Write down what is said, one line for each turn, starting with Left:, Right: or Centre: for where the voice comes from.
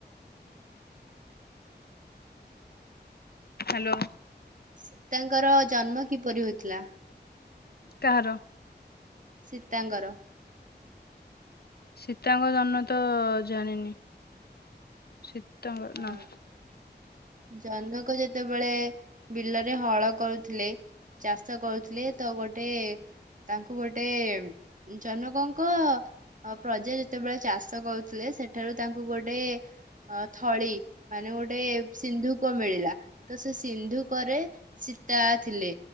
Left: ହାଲୋ।
Right: ସୀତା କର ଜନ୍ମ କିପରି ହୋଇଥିଲା?
Left: କାହାର?
Right: ସୀତା ଙ୍କ ର।
Left: ସୀତାଙ୍କ ଜନ୍ମ ତ ଜାଣିନି ସୀତାଙ୍କ
Right: ହଁ
Left: ନା?
Right: ଜନକ ଯେତେବେଳେ, ବିଲରେ ହଳ କରୁଥିଲେ। ଚାଷ କରୁଥିଲେ ତ ଗୋଟେ ତାଙ୍କୁ ଗୋଟେ ଜନକ ଙ୍କ ଅ ପ୍ରଜା ଯେତେ ବେଳେ ଚାଷ କରୁଥିଲେ ସେତେ ବେଳେ ତାଙ୍କୁ ଗୋଟେ ଅ ଥଳି ମାନେ ଗୋଟେ ସିନ୍ଧୁକ ମିଳିଲା। ତ ସେ ସିନ୍ଧୁକ ରେ ସୀତା ଥିଲେ।